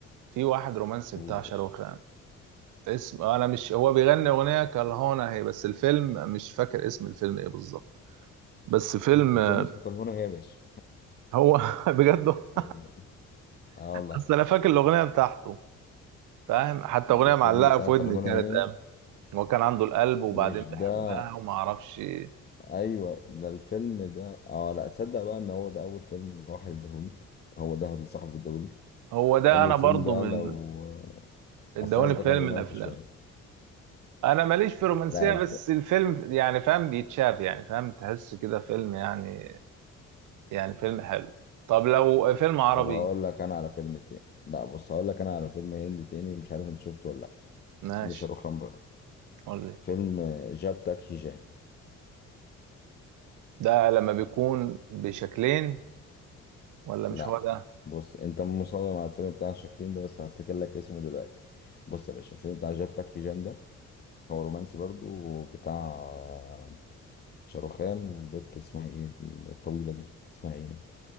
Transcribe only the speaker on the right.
في واحد رومانسي
بتاع
شاروخ
خان اسم آه، انا مش هو بيغني اغنيه كالهونا هي بس الفيلم مش فاكر اسم الفيلم ايه بالظبط بس فيلم
آه،
هو <laughs> بجد هو-
بس انا فاكر الاغنيه بتاعته فاهم حتى
اغنيه معلقه
في
ودني كانت
آه، هو كان عنده القلب وبعدين
بحبها
وما اعرفش إيه.
هو ده
انا
برضو
من
ادوني
فيلم
من الافلام
انا ماليش في رومانسيه
بس الفيلم يعني فاهم بيتشاف يعني فاهم تحس كده فيلم يعني يعني فيلم حلو طب لو فيلم عربي
ماشي
قول لي
ده لما بيكون بشكلين ولا مش
هو ده